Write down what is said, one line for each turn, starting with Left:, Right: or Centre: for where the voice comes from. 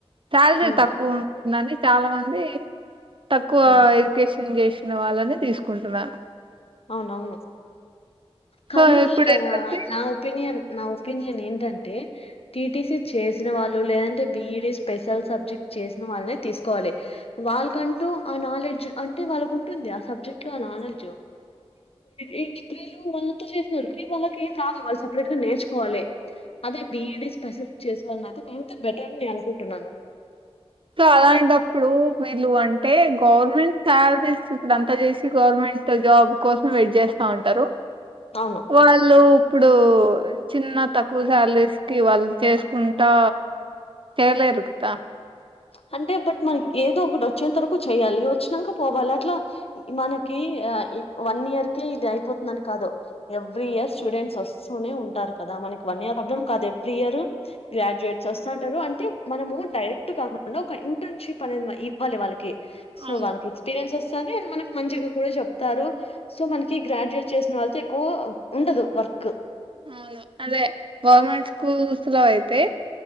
Right: సాలరీ
Left: మ్మ్
Right: తక్కువ నని చాలా మంది తక్కువ
Left: మ్మ్
Right: ఎడ్యుకేషన్ సింగేష్ తిన వాళ్ళని తీసుకుంటున్నాను
Left: అవునవును కానీ
Right: సో ఇప్పుడు
Left: ఆ
Right: ఏంటంటే
Left: నా ఒపీనియన్ నా ఒపీనియన్ ఏంటంటే టీటీసీ చేసిన వాళ్ళు లేదంటే బిఈడి స్పెషల్ సబ్జెక్ట్ చేసిన వాళ్ళనే తీసుకోవాలి వాళ్ళకంటూ ఆ నాలెడ్జ్ అంటే వాళ్ళకు ఉంటుంది ఆ సబ్జెక్ట్ లో ఆ నాలెడ్జ్ ఈ డిగ్రీలు వాళ్ళంత చేసిననోళ్ళకి ఏం రాదు వాళ్ళు సపరేట్ గా నేర్చుకోవాలి అదే బిఈడి స్పెషల్ చేసినవాళ్లనైతే ఎంతో బెటర్ అని నేను అనుకుంటున్నాను
Right: సో అలాంటప్పుడు వీళ్ళు అంటే గవర్నమెంట్ సాలరీస్ ఇప్పుడు అంతా చేసి గవర్నమెంట్ జాబ్ కోసం వెయిట్ చేస్తా ఉంటారు
Left: అవును
Right: వాళ్ళు ఇప్పుడు చిన్న తక్కువ శాలరీస్ కి వాళ్ళు చేసుకుంటా చేయలేరు కదా
Left: అంటే బట్ మనకి ఏదో ఒకటి వచ్చేంత వరకు చేయాలి వచ్చినాక పోవాలి అట్లా మనకి వన్ ఇయర్కే ఇది అయిపోతుందని కాదు ఎవ్రీ ఇయర్ స్టూడెంట్స్ వస్తూనే ఉంటారు కదా మనకి వన్ ఇయర్ ప్రాబ్లం కాదు ఎవ్రీ ఇయర్ గ్రాడ్యుయేట్స్ వస్తంటారు అంటే మనము డైరెక్ట్ కాకుండా అ ఒక ఇంటర్న్షిప్ అనేది ఇవ్వాలి వాళ్ళకి సో
Right: అవును
Left: వాళ్ళకి ఎక్స్పీరియన్స్ వస్తుంది సరె అని మనకి మంచిగా కూడా చెప్తారు సో మనకి గ్రాడ్యుయేట్ చేసిన వాళ్ళతో ఎక్కువ ఉండదు వర్క్
Right: అవును అదే గవర్నమెంట్ స్కూల్స్ లో అయితే